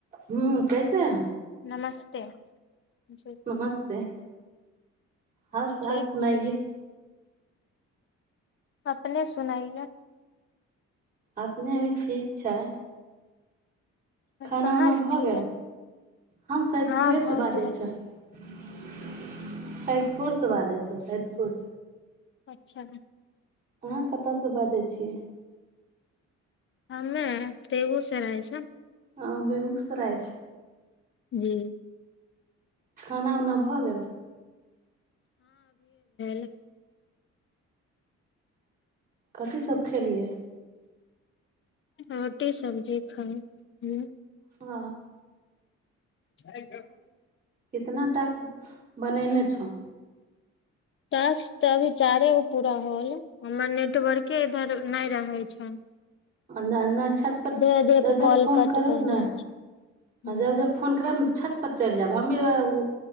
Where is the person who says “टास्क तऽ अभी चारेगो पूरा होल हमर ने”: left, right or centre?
Left